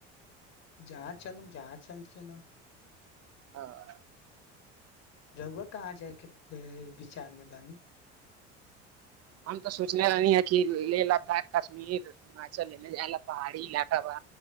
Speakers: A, on the left; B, on the right.
A: जहाँ चलम जहाँ चल चलम
B: हँ
A: रहुुआ कहाँ जायके विचार मे बानी
B: हम तो सोचने रहलै ह की रे लद्दाख कश्मीर हिमाचलने जायल पहाड़ी इलाका ब